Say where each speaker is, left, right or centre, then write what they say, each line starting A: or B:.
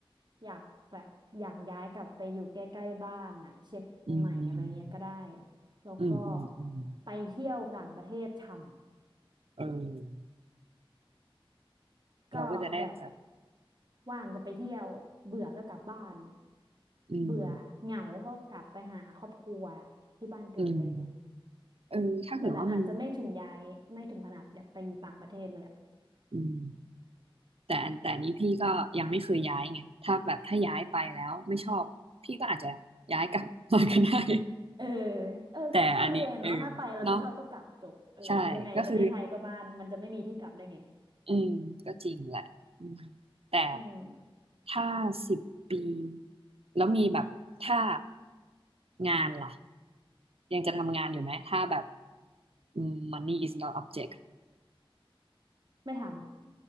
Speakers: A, on the right; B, on the right.
A: อยากแบบอยากย้ายกลับไปอยู่ใกล้ๆบ้านน่ะเชียงใหม่อะไรเงี้ยก็ได้
B: อืม
A: แล้วก็
B: อืมอืมอืม
A: ไปเที่ยวต่างประเทศช่
B: เออ
A: ำก็แบบ
B: เราก็จะได้แบบ
A: ว่างก็ไปเที่ยวเบื่อก็กลับบ้าน
B: อืม
A: เบื่อเหงาก็กลับไปหาครอบครัวที่บ้านเกิดอะไรเงี้ย
B: อืมเออถ้าเกิดว่ามัน
A: แต่แบบอาจจะไม่ถึงย้ายไม่ถึงขนาดแบบไปอยู่ต่างประเทศเลยอะ
B: อืม แต่แต่อันนี้พี่ก็ยังไม่เคยย้ายไงถ้าแบบถ้าย้ายไปแล้วไม่ชอบพี่ก็อาจจะย้ายกลับมาก็ได้ <laughs>
A: เออเออก็แค่นี้เองเนาะถ้าไปแล้วไม่ชอบก็กลับจบเออยังไงประเทศไทยก็บ้านมันจะไม่มีที่กลับได้ไง
B: แต่อันนี้เออเนาะใช่ก็คืออืมก็จริงแหละอืมแต่
A: อืม
B: ถ้าสิบปีแล้วมีแบบถ้างานล่ะยังจะทำงานอยู่ไหมถ้าแบบอืม money is not object
A: ไม่ทำ